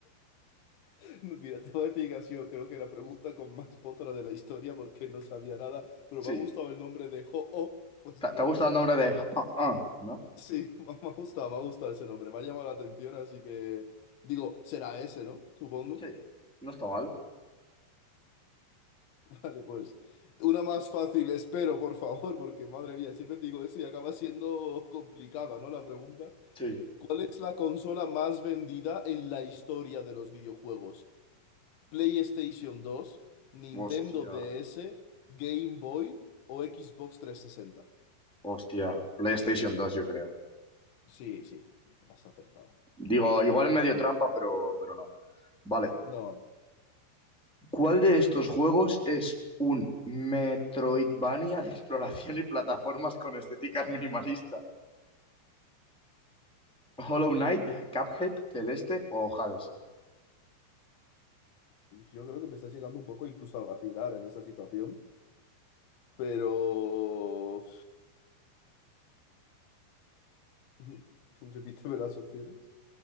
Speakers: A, on the left (about 90°); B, in the centre.
A: <laughs> Mira, te voy a decir que creo que la pregunta con más potra de la historia porque no sabía nada, pero
B: Sí.
A: me ha gustado el nombre de Ho-Oh, pues
B: ¿Te,
A: digo,
B: te ha gustado
A: pues será.
B: el nombre de Ho-Oh, no?
A: Sí, <laughs> me ha me ha gustado, me ha gustado ese nombre, me ha llamado la atención, así que digo, será ese, ¿no? Supongo.
B: Sí, No está mal.
A: <laughs> Vale, pues una más fácil, espero, por favor, porque madre mía, siempre te digo eso y acaba siendo complicada, ¿no? La pregunta.
B: sí.
A: ¿Cuál es la consola más vendida en la historia de los videojuegos? PlayStation dos, Nintendo
B: Hostia,
A: DS, Game Boy o Xbox trescientos sesenta.
B: hostia. PlayStation dos, yo creo.
A: Sí, sí, has acertado.
B: Digo, igual es medio trampa, pero, pero no. Vale.
A: No,
B: ¿Cuál de estos juegos es un Metroidvania de exploración y plataformas con estéticas minimalista? Hollow Knight, Cuphead, Celeste o Hades.
A: yo creo que me estás llegando un poco incluso a vacilar en esta situación, pero... <laughs> Repíteme las opciones.